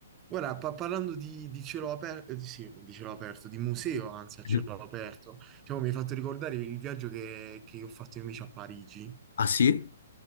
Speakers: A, on the right; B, on the left.
A: Guarda, pa- parlando di, di cielo aperto, sì, di cielo aperto, di museo, anzi, a cielo
B: <laughs>
A: aperto, diciamo, mi hai fatto ricordare il viaggio che, che ho fatto invece a Parigi.
B: Ah sì?